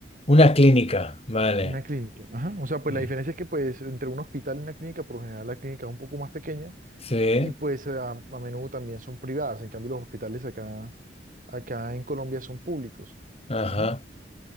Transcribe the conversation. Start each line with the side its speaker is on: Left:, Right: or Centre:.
Left: una clínica, vale.
Right: Una clínica. Ajá. O sea, pues
Left: Sí,
Right: la diferencia es que pues entre un hospital y una clínica, por lo general la clínica es un poco más pequeña
Left: Sí,
Right: y pues eh, a, a menudo también son privadas. En cambio, los hospitales acá, acá en Colombia son públicos.
Left: ajá.
Right: ujú.